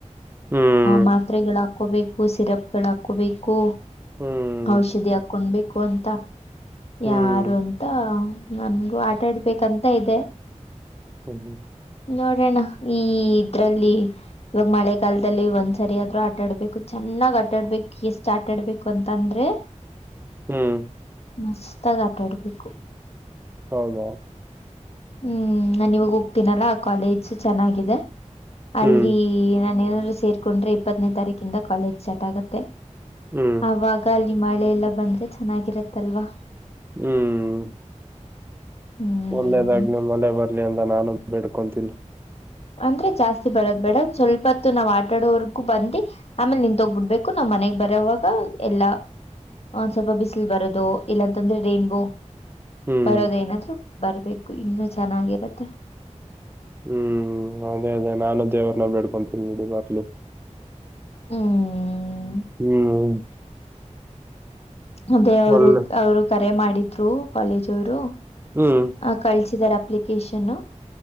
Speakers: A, on the right (about 20°); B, on the left (about 55°).
A: ಹ್ಮ್
B: ಮಾತ್ರೆಗಳು ಹಾಕೋಬೇಕು ಸಿರಪ್ಗಳ ಹಾಕೋಬೇಕು
A: ಹ್ಮ್ ಹ್ಮ್
B: ಔಷಧಿ ಹಾಕೊಂಡ್ಬೇಕು ಅಂತ
A: ಹ್ಮ್
B: ಯಾರು ಅಂತ ನನ್ಗೂ ಆಟ ಆಡ್ಬೇಕಂತ ಇದೆ
A: ಹ್ಮ್ ಹ್ಮ್
B: ನೋಡೋಣ ಈ ಇದ್ರಲ್ಲಿ ಇವಾಗ ಮಳೆಗಾಲದಲ್ಲಿ ಒಂದ್ ಸರಿ ಆದ್ರು ಆಟ ಆಡ್ಬೇಕು ಚೆನ್ನಾಗ್ ಆ ಆಡ್ಬೇಕ ಸ್ಟಾರ್ಟ್ ಆಡ್ಬೇಕು ಅಂತ ಅಂದ್ರೆ
A: ಹ್ಮ್
B: ಮಸ್ತಾಗ ಆಟಾಡ್ಬೇಕು
A: ಹಾಮ
B: ಹ್ಮ್ ನಾನ ಇವಾಗ ಹೋಗ್ತೀನಲ್ಲ ಆ ಕಾಲೇಜು ಚೆನ್ನಾಗಿದೆ ಅಲ್ಲಿ
A: ಹ್ಮ್
B: ನಾನ ನಾದ್ರು ಸೇರ್ಕೊಂಡ್ರೆ ಇಪ್ಪತ್ತನೇ ತಾರೀಕಿಂದ ಕಾಲೇಜ್ ಸ್ಟಾರ್ಟ್ ಆಗತ್ತೆ
A: ಹ್ಮ್
B: ಆವಾಗ ಅಲ್ಲಿ ಮಳೆಲ್ಲ ಬಂದ್ರೆ ಚೆನ್ನಾಗಿರತ್ತಲ್ವಾ
A: ಹ್ಮ್
B: ಹ್ಮ್
A: ಒಳ್ಳೇದಾಗ್ ನೀ ಮಲೆ ಬರ್ಲಿ ಅಂದ ನಾನು ಬಿೇಡ್ಕೊತೀನ
B: ಅಂದ್ರೆ ಜಾಸ್ತಿ ಬರದ್ ಬೇಡ ಸ್ವಲ್ಪತ್ತು ನಾವ್ ಆಟಾಡೋವರ್ ಬಂದ ಆಮೇಲೆ ನಿನ್ ತೋಗ್ಬಿಡ್ಬೇಕು ನಮ್ ಮನೆಗ್ ಬರೋವಾಗ ಎಲ್ಲ ಒಂದ್ ಸ್ವಲ್ಪ ಬಿಸಿಲು ಬರೋದು ಇಲ್ಲಾಂತಂದ್ರೆ ರೈನ್ಬೋ
A: ಹ್ಮ್
B: ಬರೋದೇನಾದ್ರು ಬರ್ಬೇಕು ಇನ್ನುೂ ಚೆನ್ನಾಗಿರತ್ತೆ
A: ಹ್ಮ್ ಅದೇ ಅದೇ ನಾನು ದೇವರ್ನ್ನ ಬೇಡ್ಕೊಂತೀನಿ ನಡಿ ಮಕ್ಳಲು
B: ಹ್ಮ್
A: ಹ್ಮ್
B: ಅದೇವರು
A: ಒಳ್ಳೆ
B: ಅವ್ರು ಕರೆ ಮಾಡಿದ್ರು ಕಾಲೇಜ್ ಅವ್ರು
A: ಹ್ಮ್
B: ಕಳ್ಸಿದಿದ್ದಾರೆ ಅಪ್ಲಿಕೇಶನ್